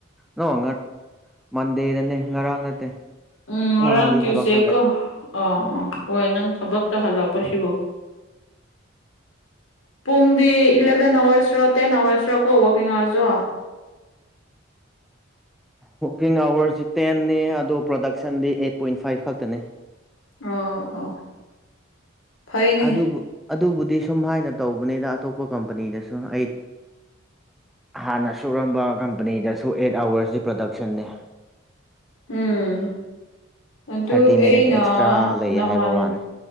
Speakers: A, in the centre; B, on the left.
A: ꯅꯣ ꯃꯟꯗꯦꯗꯅꯦ ꯉꯔꯥꯡ ꯅꯠꯇꯦ
B: ꯎꯝ
A: ꯉꯔꯥꯡꯗꯤ
B: ꯉꯔꯥꯡ ꯇ꯭ꯌꯨꯏꯁꯗꯦꯀꯣ
A: ꯊꯕꯛ ꯆꯠꯂꯦ
B: ꯑꯥ ꯑꯣ
A: ꯎꯝ
B: ꯍꯣꯏ ꯅꯪ ꯊꯕꯛꯇꯣ ꯍꯜꯂꯛꯄꯁꯤꯕꯨ ꯄꯨꯡꯗꯤ ꯏꯂꯦꯚꯦꯟ ꯑꯋꯥꯔꯁꯔꯣ ꯇꯦꯟ ꯑꯋꯥꯔꯁꯔꯀꯣ ꯋꯥꯔꯛꯀꯤꯡ ꯑꯋꯥꯔꯁꯁꯨ
A: ꯋꯥꯔꯀꯤꯡ ꯑꯋꯔꯁꯤ ꯇꯦꯟꯅꯤ ꯑꯗꯨꯗꯣ ꯄ꯭ꯔꯗꯛꯁꯟꯗꯤ ꯑꯩꯠ ꯄꯣꯏꯟ ꯐꯥꯏꯚ ꯈꯛꯇꯅꯤ
B: ꯑꯣ ꯑꯣ ꯐꯩꯅꯦ
A: ꯑꯗꯨꯕꯨ ꯑꯗꯨꯕꯨꯗꯤ ꯁꯨꯝꯃꯥꯏꯅ ꯇꯧꯕꯅꯤꯗ ꯑꯇꯣꯞꯄ ꯀꯝꯄꯅꯤꯗꯁꯨ ꯑꯩ ꯍꯥꯟꯅ ꯁꯨꯔꯝꯕ ꯀꯝꯄꯅꯤꯗꯁꯨ ꯑꯦꯠ ꯑꯋꯔꯁꯁꯤ ꯄ꯭ꯔꯗꯛꯁꯟꯅꯅꯤ
B: ꯎꯝ ꯑꯗꯨ
A: ꯊꯥꯔꯇꯤ
B: ꯑꯩꯅ
A: ꯃꯤꯅꯤꯠ ꯑꯦꯛꯁꯇ꯭ꯔꯥ ꯂꯩꯌꯦ
B: ꯅꯍꯥꯟ
A: ꯍꯥꯏꯕ ꯋꯥꯅꯤ